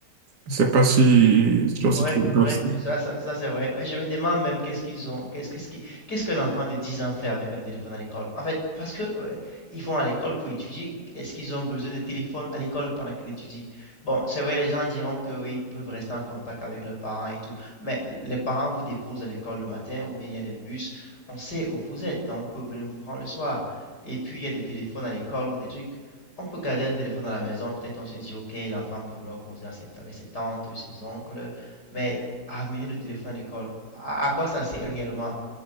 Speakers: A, on the right; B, on the left.
A: Je sais pas si si toi, si
B: Oui,
A: tu es d'accord
B: oui,
A: avec ça.
B: ça, ça, ça, c'est vrai. Et Je me demande même qu'est-ce qu'ils ont, qu'est-ce qu'est-ce qui- qu'est-ce qu'un enfant de 10 ans fait avec un téléphone à l'école? En fait, parce que ouais, ils vont à l'école pour étudier, est-ce qu'ils ont besoin de téléphone à l'école pendant qu'ils étudient? Bon, c'est vrai, les gens diront que oui, ils peuvent rester en contact avec leurs parents et tout, mais les parents vous déposent à l'école le matin ou bien il y a des bus, on sait où vous êtes, donc on peut venir vous prendre le soir. Et puis il y a des téléphones à l'école ou des trucs. On peut garder un téléphone à la maison, peut-être on se dit, ok, l'enfant peut vouloir causer à ses- avec ses tantes, ses oncles. Mais amener le téléphone à l'école, à, à quoi ça sert réellement?